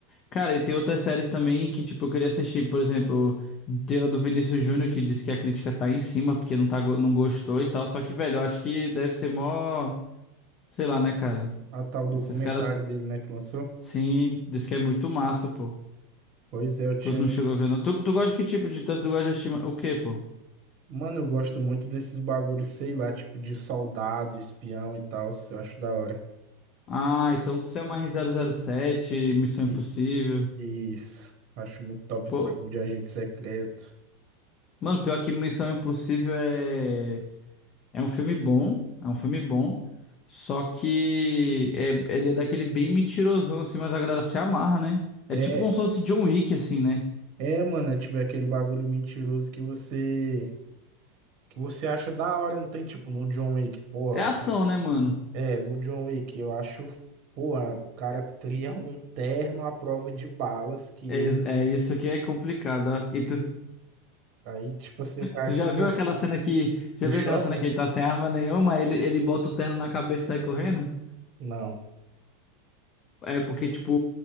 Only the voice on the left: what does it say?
Cara, e tem outras séries também que, tipo, eu queria assistir, por exemplo, tem a do Vinícius Júnior que diz que a crítica tá em cima porque não, tá, go- não gostou e tal, só que, velho, eu acho que deve ser mó, sei lá, né, cara?
Esses caras,
sim, diz que é muito massa, pô.
Tu não chegou a ver, não. Tu, tu gosta de que tipo de... Tu gosta de assistir o quê, pô?
Ah, então tu é uma R zero zero sete Missão Impossível.
Pô,
mano, pior que Missão Impossível é É um filme bom, é um filme bom, só que é- ele é daquele bem mentirosão, assim, mas a galera se amarra, né? É
tipo como se fosse John Wick, assim, né?
É ação,
né, mano?
É, é isso que é complicado. ó. E tu,
tu já
viu aquela cena que. Tu já
viu
aquela cena que ele tá sem arma nenhuma, aí ele, ele bota o terno na cabeça e sai correndo?
É porque, tipo,